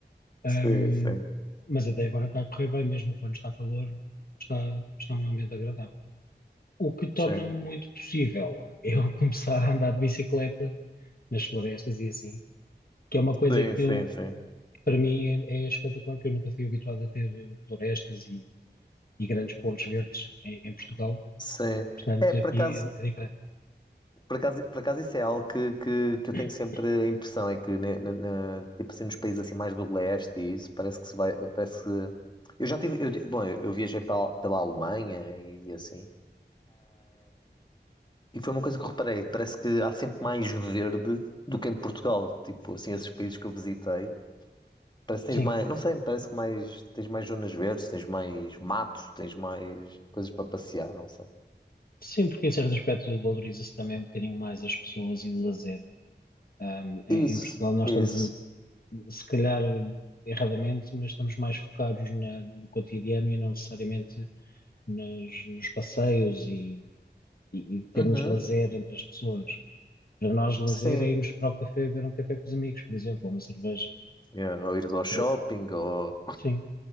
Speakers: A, on the left; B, on the left.
A: Ahm,
B: Sim, sim.
A: mas até agora está a correr bem, mesmo quando está calor, está, está um ambiente agradável. O que torna
B: Sim,
A: muito possível eu <laughs> começar a andar de bicicleta nas florestas e assim, que é uma coisa
B: sim,
A: que
B: sim,
A: eu,
B: sim.
A: que para mim é, é espetacular, que eu nunca fui habituado a ter eh, florestas e, e grandes pontos verdes em em Portugal
B: Sim.
A: Portanto,
B: É, por
A: aqui
B: acaso.
A: é é diferente.
B: Por acaso, por acaso isso é algo que, que, que eu
A: <clears throat>
B: tenho sempre a impressão, é que ne- ne- ne- tipo assim, nos países assim mais do leste e isso parece que se vai, parece que... Eu já tive, eu, di- bom, eu eu viajei pela, pela Alemanha e, assim, e foi uma coisa que eu reparei, parece que há sempre mais verde do que em Portugal, tipo assim, esses países que eu visitei, parece que
A: Sim,
B: tens mais, não sei, parece que mais, tens mais zonas verdes, tens mais mato, tens mais coisas para passear, não sei.
A: sim, porque em certo aspecto valoriza-se também um bocadinho mais as pessoas e o lazer. Ahm, em,
B: Isso,
A: em Portugal nós
B: isso.
A: estamos, um- se calhar erradamente, mas estamos mais focados na- no cotidiano e não necessariamente nas- nos passeios e, e, e termos
B: Uhum,
A: lazer entre as pessoas. Para nós, lazer
B: sim.
A: é irmos para o café beber um café com os amigos, por exemplo, ou uma cerveja.
B: Yeah, ou ir ao
A: Para-
B: shopping, ou
A: sim,